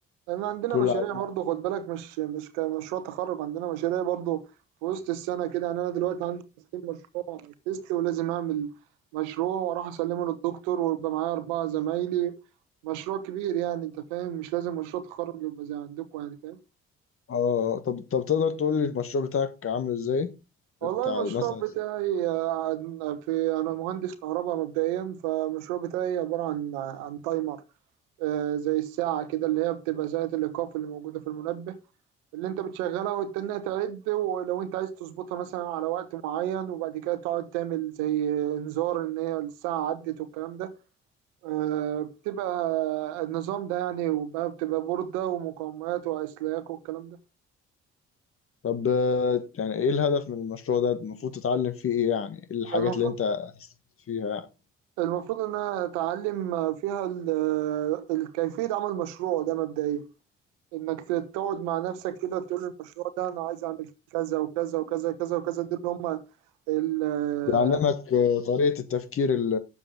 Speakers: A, on the right (about 80°); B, on the left (about 45°).
A: لان عندنا
B: كل
A: مشاريع
B: عيل
A: برضو خد بالك مش مش كمشروع تخرج عندنا مشاريع برضو في وسط السنه كده يعني انا دلوقتي عندي تسليم مشروع تيست ولازم اعمل مشروع واروح اسلمه للدكتور ويبقى معايا اربعه زمايلي مشروع كبير يعني انت فاهم مش لازم مشروع تخرج يبقى زي عندكم يعني فاهم
B: اه طب طب تقدر تقول لي المشروع بتاعك عامل ازاي
A: والله
B: بتاع
A: المشروع
B: مثلا
A: بتاعي آه، في انا مهندس كهرباء مبدئيا فالمشروع بتاعي عباره عن عن تايمر آه، زي الساعه كده اللي هي بتبقى ساعه الايقاف اللي موجوده في المنبه اللي انت بتشغلها وتستناها تعد ولو انت عايز تظبطها مثلا على وقت معين وبعد كده تقعد تعمل زي انذار ان هي الساعة عدت والكلام ده آه، بتبقى النظام ده يعني وبقى بتبقى بوردة ومقاومات وأسلاك والكلام ده
B: طب آه، يعني ايه الهدف من المشروع ده المفروض تتعلم فيه ايه يعني ايه الحاجات
A: المفروض
B: اللي انت هتستفيد فيها يعني
A: المفروض ان انا اتعلم فيها ال- ال- كيفية عمل مشروع ده مبدئيا انك تقعد مع نفسك كده تقول المشروع ده انا عايز اعمل فيه كذا وكذا وكذا وكذا وكذا دول اللي هم
B: بيعلمك آه، طريقة التفكير ال-